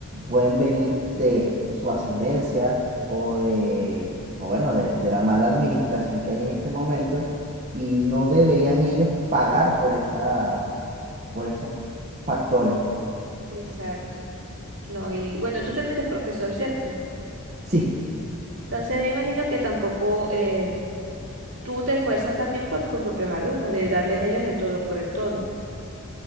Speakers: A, on the right; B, on the right.
A: pueden venir de su ascendencia o de, o bueno, de, de la mala administración que hay en este momento y no deberían ellos pagar por esa, por esos factores.
B: Exacto. No, y bueno, tú también eres profesor, ¿cierto?
A: Sí,
B: Entonces me imagino que tampoco eh, tú te esfuerzas también por tus propios alumnos, de darles a ellos el todo por el todo.